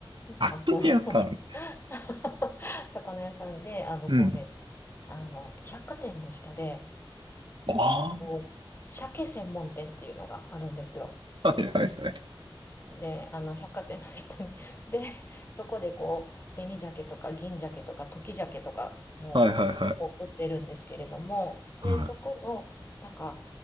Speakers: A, on the right; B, on the left.
A: あ、
B: あと
A: やったん
B: <laughs> 魚屋さんであのこうね
A: うん。
B: あの百貨店の下で
A: あ
B: こう鮭専門店っていうのがあるんですよ。
A: あ。はいはいはい。
B: で、あの、百貨店の下に。<laughs> で、そこでこう、紅鮭とか銀鮭とか時鮭とかもこう売ってるんですけれども、
A: はいはいはい。はい。
B: で、そこの、なんか、